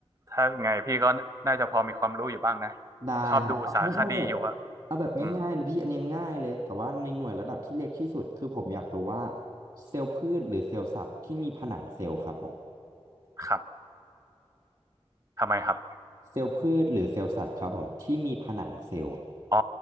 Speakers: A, on the right; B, on the right.
A: ถ้าไงพี่ก็น่าจะพอมีความรู้อยู่บ้างนะ
B: ได้ครับเอางั้นเอาแบบ
A: ชอบดูสารคดีอยู่ว่า
B: เอาแบบง่ายๆนะพี่อันนี้ง่ายเลยแต่ว่าในหน่วยระดับที่เล็กที่สุดคือผมอยากรู้ว่า
A: อืม
B: เซลล์พืชหรือเซลล์สัตว์ที่มีผนังเซลล์ครับผม
A: ครับทำไมครับ
B: เซลล์พืชหรือเซลล์สัตว์ครับผมที่มีผนังเซลล์
A: อ๋อ